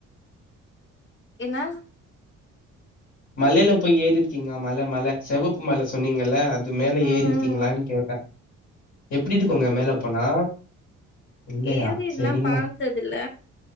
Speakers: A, on the left; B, on the left.
A: என்னா
B: மலையில போய் ஏறிருக்கீங்ளா மல மல செவப்பு மல சொன்னீங்கல்ல அது மேல
A: ம்
B: ஏறி இருக்கீங்ளான்னு
A: ம்
B: கேட்ட எப்டிட்டுக்கோங்க மேல போனா இல்லையா
A: ஏறிர்ல்லாம்
B: செரிங்க
A: பாத்ததுல்ல